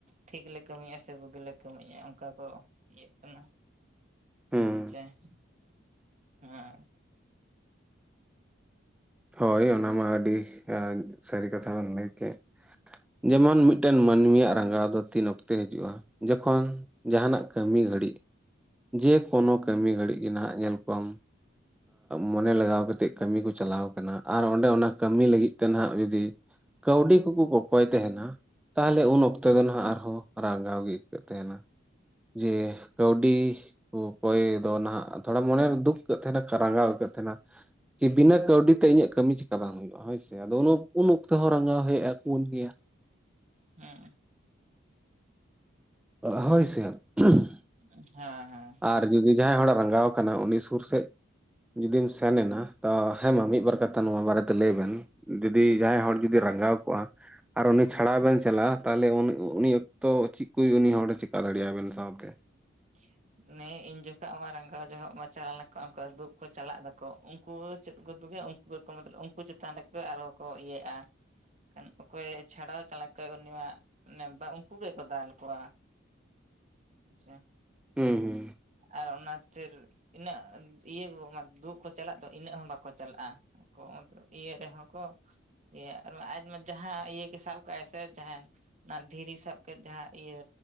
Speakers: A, on the right; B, in the centre.
A: ᱴᱷᱤᱠ ᱞᱮ ᱠᱟᱹᱢᱤᱭᱮᱫᱼᱟ ᱥᱮ ᱵᱩᱜᱤᱞᱮ ᱠᱟᱹᱢᱤᱭᱮᱫᱼᱟ ᱚᱱᱠᱟ ᱠᱚ ᱤᱭᱟᱹᱜ ᱠᱟᱱᱟ <unintelligible>
B: ᱦᱩᱸ ᱦᱳᱭ ᱚᱱᱟᱢᱟ ᱟᱹᱰᱤ ᱥᱟᱹᱨᱤ ᱠᱟᱛᱷᱟ ᱵᱮᱱ ᱞᱟᱹᱭ ᱠᱮᱫ ᱡᱮᱢᱚᱱ ᱢᱤᱫᱴᱮᱱ ᱢᱟᱹᱱᱢᱤᱭᱟᱜ ᱨᱟᱸᱜᱟᱣ ᱫᱚ ᱛᱤᱱ ᱚᱠᱛᱮ ᱦᱤᱡᱩᱜᱼᱟ ᱡᱚᱠᱷᱚᱱ ᱡᱟᱦᱟᱱᱟᱜ ᱠᱟᱹᱢᱤ ᱜᱷᱟᱹᱲᱤᱡ ᱡᱮ ᱠᱳᱱᱳ ᱠᱟᱹᱢᱤ ᱜᱷᱟᱹᱲᱤᱡ ᱜᱮ ᱱᱟᱦᱟᱜ ᱧᱮᱞ ᱠᱚᱣᱟᱢ ᱢᱚᱱᱮ ᱞᱟᱜᱟᱣ ᱠᱟᱛᱮᱫ ᱠᱟᱹᱢᱤ ᱠᱚ ᱪᱟᱞᱟᱣ ᱠᱟᱱᱟ ᱟᱨ ᱚᱸᱰᱮ ᱚᱱᱟ ᱠᱟᱹᱢᱤ ᱞᱟᱹᱜᱤᱫ ᱛᱮ ᱱᱟᱦᱟᱜ ᱡᱩᱫᱤ ᱠᱟᱹᱣᱰᱤ ᱠᱚᱠᱚ ᱠᱚᱠᱚᱭ ᱛᱟᱦᱮᱱᱟ ᱛᱟᱦᱚᱞᱮ ᱩᱱ ᱚᱠᱛᱚ ᱫᱚ ᱱᱟᱦᱟᱜ ᱟᱨᱦᱚᱸ ᱨᱟᱸᱜᱟᱣ ᱜᱮ ᱟᱹᱭᱠᱟᱹᱜ ᱛᱟᱦᱮᱱᱟ ᱡᱮ ᱠᱟᱹᱣᱰᱤ ᱠᱚ ᱠᱚᱭ ᱫᱚ ᱱᱟᱦᱟᱜ ᱛᱷᱚᱲᱟ ᱢᱚᱱᱮᱨᱮ ᱫᱩᱠ ᱠᱟᱹᱜ ᱛᱟᱦᱮᱱᱟ ᱨᱟᱸᱜᱟᱣ ᱟᱹᱭᱠᱟᱹᱫ ᱛᱟᱦᱮᱱᱟ ᱠᱤ ᱵᱤᱱᱟ ᱠᱟᱹᱣᱰᱤ ᱛᱮ ᱤᱧᱟᱹᱜ ᱠᱟᱹᱢᱤ ᱪᱤᱠᱟ ᱵᱟᱝ ᱦᱮᱭᱩᱼᱟ ᱦᱳᱭᱥᱮ ᱟᱫᱚ ᱩᱱ ᱚᱠᱛᱚ ᱦᱚᱸ ᱨᱟᱸᱜᱟᱣ ᱦᱮᱭ ᱟᱠᱩ ᱜᱮᱭᱟ
A: ᱦᱮᱸ
B: ᱦᱳᱭ ᱥᱮ <unintelligible>
A: ᱦᱮᱸ ᱦᱮᱸ
B: ᱟᱨ ᱡᱩᱫᱤ ᱡᱟᱦᱟᱸᱭ ᱦᱚᱲᱟᱜ ᱨᱟᱸᱜᱟᱣ ᱟᱠᱟᱱᱟ ᱩᱱᱤ ᱥᱩᱨ ᱥᱮᱫ, ᱡᱩᱫᱤᱢ ᱥᱮᱱ ᱮᱱᱟ ᱛᱚ ᱦᱮᱸ ᱢᱟ ᱢᱤᱫ ᱵᱟᱨ ᱠᱟᱛᱷᱟ ᱱᱚᱣᱟ ᱵᱟᱨᱮᱛᱮ ᱞᱟᱹᱭ ᱵᱮᱱ ᱡᱩᱫᱤ ᱡᱟᱦᱟᱸᱭ ᱦᱚᱲ ᱡᱩᱫᱤ ᱨᱟᱸᱜᱟᱣ ᱠᱚᱜᱼᱟ, ᱟᱨ ᱩᱱᱤ ᱪᱷᱟᱲᱟ ᱵᱮᱱ ᱪᱟᱞᱟᱜᱼᱟ ᱛᱟᱦᱚᱞᱮ ᱩᱱᱤ ᱚᱠᱛᱚ ᱪᱮᱫ ᱠᱚ ᱩᱱᱤ ᱦᱚᱲᱮ ᱪᱮᱠᱟ ᱫᱟᱲᱮᱭᱟᱜᱼᱟ ᱵᱮᱱ ᱥᱟᱶᱛᱮ,
A: <inaudible> ᱱᱮ ᱤᱧ ᱡᱚᱠᱷᱚᱡ ᱢᱟ ᱨᱟᱸᱜᱟᱣ ᱡᱚᱦᱚᱜ ᱢᱟ ᱪᱟᱞᱟᱣ ᱞᱮᱱᱠᱚ ᱩᱱ ᱫᱩᱜ ᱠᱚ ᱪᱟᱞᱟᱜ ᱫᱚᱠᱚ ᱩᱱᱠᱩ ᱪᱮᱫ ᱠᱚ ᱫᱩᱜᱟ ᱩᱱᱠᱩ ᱢᱚᱛᱞᱚᱵ ᱩᱱᱠᱩ ᱪᱮᱛᱟᱱ ᱨᱮᱠᱚ ᱟᱨᱚ ᱠᱚ ᱤᱭᱟᱹᱼᱟ ᱠᱷᱟᱱ ᱚᱠᱚᱭ ᱪᱷᱟᱲᱟᱣ ᱪᱟᱞᱟᱣ ᱠᱟᱱᱟ ᱩᱱᱤᱢᱟ ᱵᱟ ᱩᱱᱠᱩ ᱜᱮᱠᱚ ᱫᱟᱞ ᱠᱚᱣᱟ ᱟᱪᱪᱷᱟ
B: ᱦᱩᱸ ᱦᱩᱸ
A: ᱟᱨ ᱚᱱᱟᱛᱤᱨ ᱤᱱᱟᱹᱜ ᱤᱭᱟᱹ ᱠᱚ ᱫᱩᱜᱽ ᱠᱚ ᱪᱟᱞᱟᱜ ᱫᱚ ᱤᱱᱟᱹᱜ ᱦᱚᱸ ᱵᱟᱠᱚ ᱪᱟᱞᱟᱜᱼᱟ, <unintelligible> ᱤᱭᱟᱹ ᱨᱮ ᱦᱚ ᱠᱚ, ᱟᱨ ᱟᱡ ᱢᱟ ᱡᱟᱸᱦᱟ ᱤᱭᱟᱹ ᱜᱮ ᱥᱟᱵ ᱠᱟ ᱟᱭᱥᱮ ᱡᱟᱦᱟ ᱚᱱᱟ ᱫᱷᱤᱨᱤ ᱥᱟᱵ ᱠᱮᱫ ᱡᱟᱦᱟᱸ ᱤᱭᱟᱹ